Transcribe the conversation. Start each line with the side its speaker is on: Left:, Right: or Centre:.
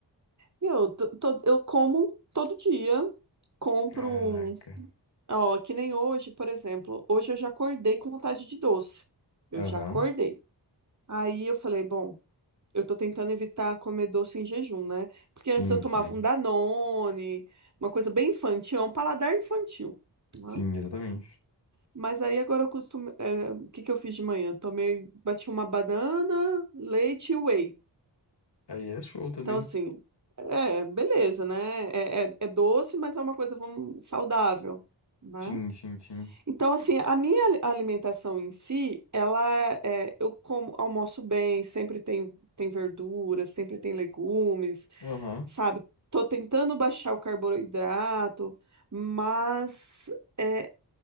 Right: Eu, to- to- eu como todo dia, compro,
Left: Caraca.
Right: um- ó, que nem hoje, por exemplo. Hoje eu já acordei com vontade de doce. Eu
Left: Aham.
Right: já acordei. Aí eu falei, bom, eu tô tentando evitar comer doce em jejum, né? Porque
Left: Sim,
Right: antes eu tomava
Left: sim.
Right: um Danone, uma coisa bem infantil, é um paladar infantil, né?
Left: Sim, exatamente.
Right: Mas aí agora eu costumo, é, o que que eu fiz de manhã? Tomei, bati uma banana, leite e whey.
Left: Aí é show também.
Right: Então, assim, é, beleza, né? É, é, é doce, mas é uma coisa, vamos, saudável, né?
Left: Sim, sim, sim.
Right: Então, assim, a minha ali- alimentação em si, ela é, eu como, almoço bem, sempre tem, tem verdura, sempre tem legumes,
Left: Aham.
Right: sabe? Tô tentando baixar o carboidrato, mas é,